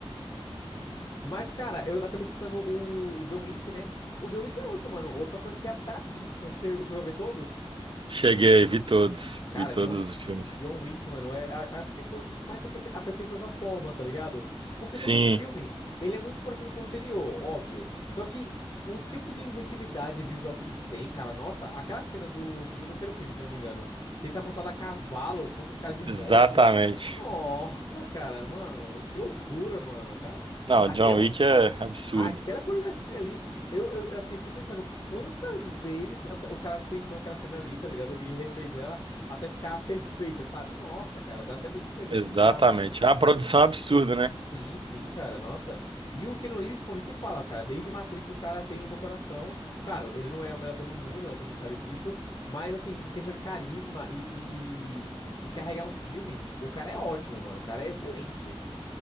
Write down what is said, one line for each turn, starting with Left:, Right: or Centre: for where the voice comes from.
Left: Mas, cara, eu acabei citando o, o John Wick, né? O John Wick é outro, mano. Outra franquia brabíssima. Você chegou, chegou a ver todos?
Right: Cheguei, vi todos,
Left: Cara,
Right: vi todos
Left: John,
Right: os filmes.
Left: John Wick, mano, é, a- acho que foi um dos que mais aperfei- aperfeiçoou essa fórmula, tá ligado? Porque todo
Right: Sim,
Left: filme, ele é muito parecido com o anterior, óbvio. Só que o tipo de inventividade visual que eles têm, cara, nossa, aquela cena do, do terceiro filme, se eu não me engano, que ele tá montado a cavalo contra os caras de moto.
Right: exatamente.
Left: Nossa, cara, mano, que loucura, mano. Cara,
Right: Não,
Left: aquela,
Right: John Wick é absurdo.
Left: Aquela coreografia ali, eu, eu, eu, assim, fico pensando quantas vezes o, ca- o cara pensou naquela cena ali, tá ligado? E refez ela até ficar perfeita, sabe? Nossa, cara, dá até dor de cabeça
Right: Exatamente.
Left: de pensar, mano.
Right: É uma produção absurda, né?
Left: Sim, sim, cara, nossa. E o Keanu Reeves, pô, nem se fala, cara. Desde Matrix o cara tem o meu coração. Claro, ele não é o melhor todo mundo, né? Todo mundo sabe disso. Mas, assim, em questão de carisma e, e, e carregar um filme, o cara é ótimo, mano. O cara é excelente.